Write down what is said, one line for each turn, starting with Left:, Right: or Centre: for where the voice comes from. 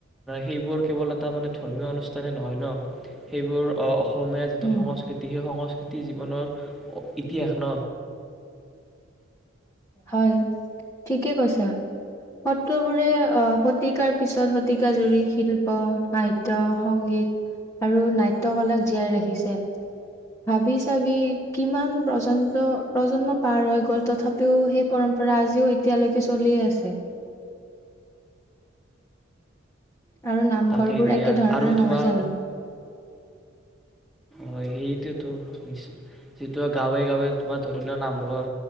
Centre: সেইবোৰ কেৱল এটা মানে ধৰ্মীয় অনুষ্ঠানেই নহয় ন সেইবোৰ অঁ। অসমীয়া যিটো
Left: উম,
Centre: সংস্কৃতি সেই সংস্কৃতি। জীৱনত। ইতিহাস ন।
Left: হয় ঠিকে কৈছা, সত্ৰবোৰে আঁ শতিকাৰ পিছত শতিকা জুৰি শিল্প, সাহিত্য, সংগীত আৰু নাট্যকলাক জীয়াই ৰাখিছে ভাবি চাবি কিমান প্ৰজন্ত প্ৰজন্ম পাৰ হৈ গ'ল তথাপি। টো সেই পৰম্পৰা আজিও এতিয়ালৈকে চলিয়ে আছে। তাৰে নামঘৰ
Centre: তাকেই
Left: বোৰ
Centre: দিয়া
Left: একে ধৰণৰ
Centre: আৰু
Left: নহয়
Centre: তোমাৰ
Left: জানো!
Centre: হয় সেইটোতো যিটো গাঁৱে গাঁৱে তোমাৰ ধৰি লোৱা নামঘৰ